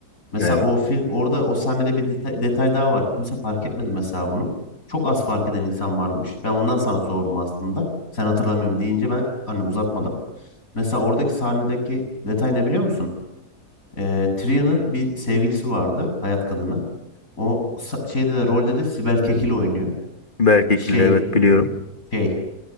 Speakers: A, on the left; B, on the left.
A: Mesela
B: Evet.
A: o film orada o sahnede bir detay detay daha var. Kimse fark etmedi mesela bunu. Çok az fark eden insan varmış. Ben ondan sana sordum aslında. Sen hatırlamıyorum deyince ben hani uzatmadım. Mesela oradaki sahnedeki detay ne biliyor musun? Ee, Tria'nın bir sevgilisi vardı. Hayat kadını. O sa- şeyde de rolde de Sibel Kekil oynuyor.
B: Berkekirli
A: Şey
B: evet biliyorum.
A: şey